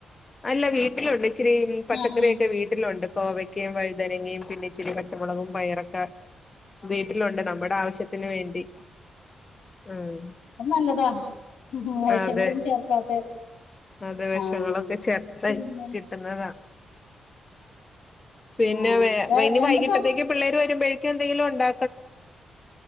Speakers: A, on the left; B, on the left.
A: അല്ല വീട്ടിലുണ്ട് ഇച്ചിരി പച്ചക്കറിയൊക്കെ
B: ആ ആ
A: വീട്ടിലുണ്ട് കോവക്കയും വഴുതനങ്ങയും പിന്നെ ഇച്ചിരി പച്ചമുളകും പയറൊക്കെ വീട്ടിലുണ്ട് നമ്മുടെ ആവശ്യ ത്തിന് വേണ്ടി ഉം
B: അയ് നല്ലതാ വേഷങ്ങളൊന്നും
A: അതെ,
B: ചേർക്കാത്ത
A: അതെ വെഷങ്ങളൊക്കെ
B: ആ
A: ചേർത്ത്
B: പിന്നെ
A: കിട്ട്ന്നതാ. പിന്നെ
B: ആ
A: വെ
B: വേ
A: വൈനി
B: എന്ത്
A: വൈകിട്ടത്തേക്ക് പിള്ളേര് വരുമ്പഴ് ക്കെന്തെങ്കിലും ഉണ്ടാ